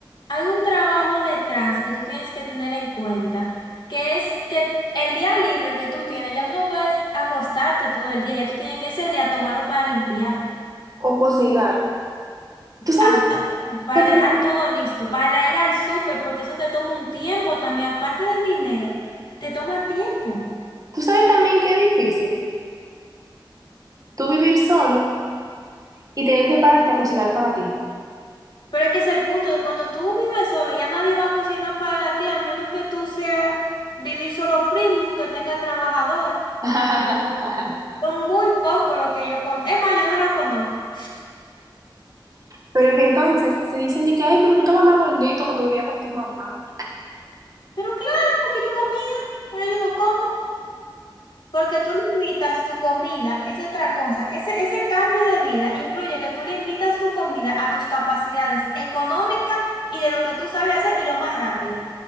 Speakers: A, on the left; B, on the right.
A: hay un trabajo detrás que tú tienes que tener en cuenta, que es que el día libre que tú tienes, ya tú no puedes acostarte todo el día, ya tú tienes que ese día tomarlo para limpiar.
B: o cocinar. Tú sabes
A: Ah, pa- claro, para
B: que también-
A: dejar todo listo, para ir al súper, porque eso te toma un tiempo también, aparte del dinero, te toma tiempo.
B: tú sabes también que es difícil tú vivir solo y tener que pararte a cocinar para ti.
A: Pero es que ese es el punto, que cuando tú vives solo, ya nadie va a cocinar para ti, a menos que tú seas vivir solo premium, que tenga trabajadora,
B: <laughs>
A: que son muy pocos los que yo conozco. Es más, yo no lo conozco.
B: Pero que entonces se dicen de que, ay, pero tú estabas más gordito cuando vivía con tu mamá.
A: Pero claro, porque yo comía, ahora yo no como. Porque tú limitas tu comida, es otra cosa. Ese, ese cambio de vida incluye que tú limitas tu comida a tus capacidades económicas y de lo que tú sabes hacer y lo más rápido.